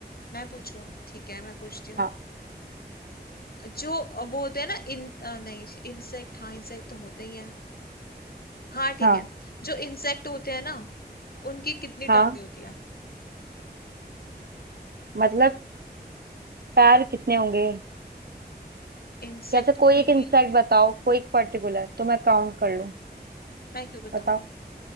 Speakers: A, on the left; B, on the right.
A: मैं पूछूं ठीक है मैं पूछती
B: हाँ
A: हूँ जो वो होते हैं ना इन अ, नहीं इंसेक्ट हाँ इंसेक्ट तो होते ही हैं हाँ ठीक
B: हाँ
A: है जो इंसेक्ट होते हैं ना उनकी कितनी टांगे
B: हाँ
A: होती है
B: मतलब पैर कितने होंगे
A: इंसेक्ट
B: कैसे कोई
A: की
B: एक इंसेक्ट बताओ कोई एक पर्टिकुलर तो मैं काउंट कर लूं
A: मैं क्यों बताऊं
B: बताओ